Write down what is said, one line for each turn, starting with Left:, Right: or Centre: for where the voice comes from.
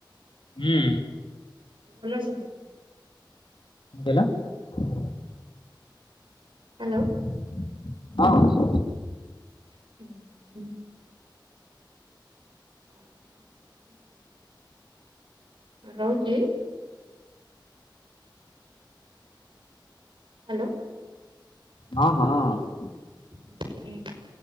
Left: ହୁଁ!
Right: ଭଲ ସବୁ?
Left: କଣ କଇଲ?
Right: ହ୍ୟାଲୋ।
Left: ହଁ!
Right: <inaudible> <inaudible> ରହୁଚି। ହ୍ୟାଲୋ।
Left: ହଁ ହଁ।
Right: <unintelligible>